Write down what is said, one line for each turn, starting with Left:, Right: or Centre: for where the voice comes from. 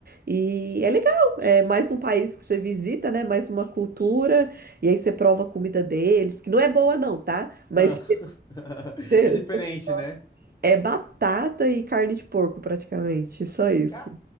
Right: E é legal, é mais um país que você visita, né? Mais uma cultura, e aí você prova a comida deles, que não é boa não, tá? Mas
Left: ah. <laughs>
Right: <laughs>
Left: É diferente, né?
Right: é batata e carne de porco praticamente, só isso.
Left: Ca-